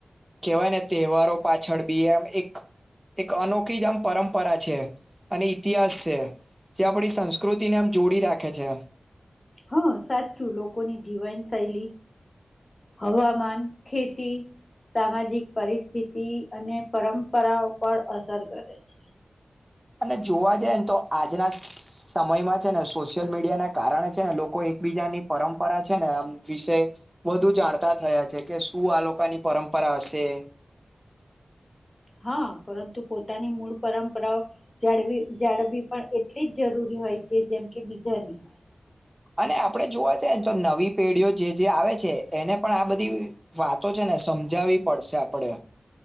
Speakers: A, on the right (about 15°); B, on the left (about 40°).
A: કહેવાય ને તહેવારો પાછળ બી આમ એક-એક અનોખી જ આમ પરંપરા છે, અને ઇતિહાસ છે. જે આપણી સંસ્કૃતિને આમ જોડી રાખે છે.
B: હા સાચું. લોકોની જીવનશૈલી, હવામાન, ખેતી, સામાજિક પરિસ્થિતિ અને પરંપરાઓ પર અસર કરે છે.
A: અને જોવા જાઈએ ને તો આજના સમયમાં છે ને સોશિયલ મીડિયા ના કારણે છે ને લોકો એકબીજાની પરંપરા છે ને આમ વિશે વધુ જાણતા થયા છે કે શું આ લોકાની પરંપરા હશે.
B: હા પરંતુ પોતાની મૂળ પરંપરાઓ જાળવી-જાળવી પણ એટલી જ જરૂરી હોય છે જેમ કે બીજાની.
A: અને આપડે જોવા જઈએ ને તો નવી પેઢીઓ જે-જે આવે છે એને પણ આ બધી વાતો છે ને સમજાવવી પડશે આપણે.